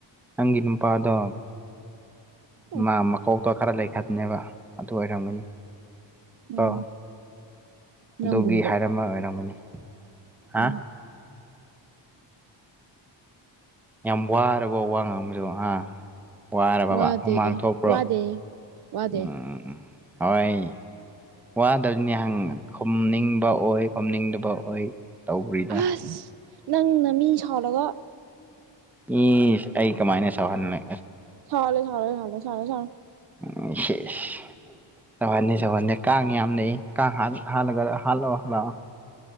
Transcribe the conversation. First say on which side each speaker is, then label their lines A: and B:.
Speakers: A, in the centre; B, on the right (about 60°).
A: ꯅꯪꯒꯤ ꯅꯨꯄꯥꯗꯣ
B: ꯎꯝ
A: ꯃꯥ ꯃꯀꯥꯎ ꯑꯗꯣ ꯈꯔ ꯂꯩꯈꯠꯅꯦꯕ ꯑꯗꯨ ꯑꯣꯏꯔꯝꯒꯅꯤ
B: ꯎꯝ
A: ꯑꯥꯎ ꯑꯗꯨꯒꯤ
B: ꯅꯪꯒꯨꯝꯕ
A: ꯍꯥꯏꯔꯃ ꯑꯣꯏꯔꯝꯒꯅꯤ ꯍꯥ
B: ꯎꯝ <unintelligible>
A: ꯌꯥꯝ ꯋꯥꯔꯕꯣ ꯋꯥ ꯉꯥꯡꯕꯁꯨ ꯍꯥ? ꯋꯥꯔꯕꯕꯥ
B: ꯋꯥꯗꯦ
A: ꯍꯨꯃꯥꯡ ꯊꯣꯛꯄ꯭ꯔꯣ
B: ꯋꯥꯗꯦ ꯋꯥꯗꯦ
A: ꯎꯝ ꯍꯣꯏ ꯋꯥꯗꯕꯅꯤꯪ ꯈꯨꯝꯅꯤꯡꯕ ꯑꯣꯏ ꯈꯨꯝꯅꯤꯡꯗꯕ ꯑꯣꯏ ꯇꯧꯔꯤꯗꯣ
B: ꯑꯁ ꯅꯪꯅ ꯃꯤ ꯁꯥꯎꯔꯒ
A: ꯏꯁ ꯑꯩ ꯀꯃꯥꯏꯅ ꯁꯧꯍꯟꯗꯅꯥ
B: ꯊꯂꯦ ꯁꯥꯂꯦ ꯊꯂꯦ ꯁꯂꯦ ꯁ <unintelligible>
A: ꯑꯦ <unintelligible> ꯁꯧꯎꯍꯟꯗꯦ ꯁꯣꯎꯍꯟꯗꯦ ꯀꯥꯡ ꯌꯥꯝ ꯂꯩꯏ ꯀꯥꯡ ꯍꯥꯜꯂꯛꯑꯣ ꯂꯥꯛꯑꯣ